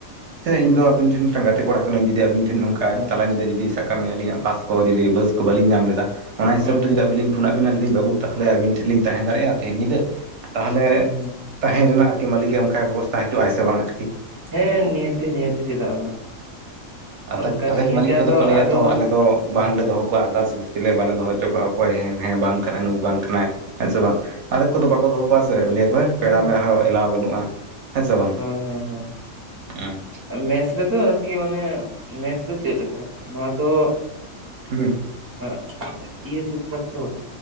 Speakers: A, on the right (about 65°); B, on the right (about 25°).
A: ᱥᱮ
B: ᱦᱮᱸ
A: ᱤᱧ ᱫᱚ
B: ᱦᱮᱸ ᱦᱮᱸ
A: ᱟᱵᱤᱱ ᱴᱷᱮᱱ ᱢᱤᱫᱴᱟᱝ ᱜᱟᱛᱮ ᱠᱚᱲᱟ ᱠᱟᱹᱱᱟᱹᱧ ᱡᱩᱫᱤ ᱟᱵᱤᱱ ᱴᱷᱮᱱ ᱱᱚᱝᱠᱟ
B: ᱦᱩᱸ
A: ᱛᱟᱞᱟ ᱧᱤᱫᱟᱹ ᱡᱩᱫ ᱥᱟᱜᱠᱟᱜ ᱢᱮ ᱟᱹᱞᱤᱧᱟᱜ ᱵᱟᱥ ᱠᱚ ᱫᱤ ᱵᱟᱹᱥ ᱠᱚ ᱵᱟᱞᱤᱧ ᱧᱟᱢ ᱞᱮᱫᱟ ᱚᱱᱟ ᱦᱤᱥᱟᱹ
B: ᱦᱩᱸ ᱦᱩᱸ
A: ᱛᱮ ᱡᱩᱫᱤ ᱟᱹᱵᱤᱞᱤᱧ ᱯᱷᱩᱱᱟᱜ ᱵᱤᱱᱟ ᱞᱟᱹᱭᱫᱟᱹᱧ ᱵᱟᱹᱵᱩ ᱛᱟᱦᱞᱮ ᱟᱹᱵᱤᱱ ᱴᱷᱮᱱ ᱞᱤᱧ ᱛᱟᱦᱮᱸ ᱫᱟᱲᱮᱭᱟᱜᱼᱟ ᱛᱮᱦᱮ ᱧᱤᱫᱟᱹ? ᱛᱟᱦᱚᱞᱮ
B: ᱦᱩᱸ ᱦᱩᱸ
A: ᱛᱟᱦᱮᱸᱨᱮᱱᱟᱜ ᱟᱨᱠᱤ ᱢᱟᱹᱞᱤᱠᱮ ᱚᱝᱠᱟᱭ ᱵᱮᱵᱚᱥ ᱛᱟ ᱦᱚᱪᱚᱼᱟᱭ ᱥᱮ ᱵᱟᱝᱟ ᱟᱨᱠᱤ?
B: ᱦᱮᱸ ᱱᱤᱦᱟᱹᱛᱤ ᱱᱤᱦᱟᱹᱛᱤ ᱪᱮᱫᱟᱜ ᱵᱟᱝ
A: ᱟᱫᱮᱠ
B: ᱚᱱᱠᱟ
A: ᱟᱫᱷᱮᱠ
B: ᱱᱤᱭᱟᱹᱛᱮ
A: ᱢᱟᱹᱞᱤᱠ ᱠᱚᱫᱚ
B: ᱟᱫᱚ
A: ᱠᱚ ᱞᱟᱹᱭᱟ
B: ᱟᱫᱚ
A: ᱛᱚ, ᱟᱞᱮ ᱫᱚ
B: ᱦᱮᱸ
A: ᱵᱟᱝᱞᱮ ᱫᱚᱦᱚ ᱠᱚᱣᱟ ᱟᱫᱟᱨᱥ ᱪᱤᱞᱤ ᱦᱚᱸ ᱵᱟᱞᱮ ᱫᱚᱦᱚ ᱦᱚᱪᱚ ᱠᱚᱣᱟ ᱚᱠᱚᱭᱮᱸ ᱦᱮᱸ ᱵᱟᱝ ᱠᱟᱱᱟᱭ ᱱᱩᱭ ᱵᱟᱝ ᱠᱟᱱᱟᱭ ᱦᱮᱸ ᱥᱮ ᱵᱟᱝ᱾ ᱟᱫᱷᱮᱠ ᱠᱚᱫᱚ ᱵᱟᱠᱚ ᱫᱚᱦᱚ
B: ᱦᱮᱸ
A: ᱠᱚᱣᱟ ᱥᱮ, ᱞᱟᱹᱭᱟᱠᱚ ᱦᱟᱹᱴ
B: ᱦᱮᱸ
A: ᱯᱮᱲᱟ ᱢᱮᱲᱟ ᱦᱚᱸ ᱮᱞᱟᱣ ᱵᱟᱹᱱᱩᱜᱼᱟ᱾ ᱦᱮᱸᱥᱮ ᱵᱟᱝ?
B: ᱦᱚᱸ ᱦᱚᱸ ᱦᱚᱸ
A: ᱩᱸ᱾
B: ᱢᱮᱥ ᱨᱮᱫᱚ ᱟᱨᱠᱤ ᱚᱱᱮ ᱢᱮᱥ ᱫᱚ ᱪᱮᱫ ᱞᱮᱠᱟ ᱟᱨᱠᱤ, ᱱᱚᱣᱟ ᱫᱚ
A: ᱦᱩᱸ
B: ᱮᱻ <unintelligible>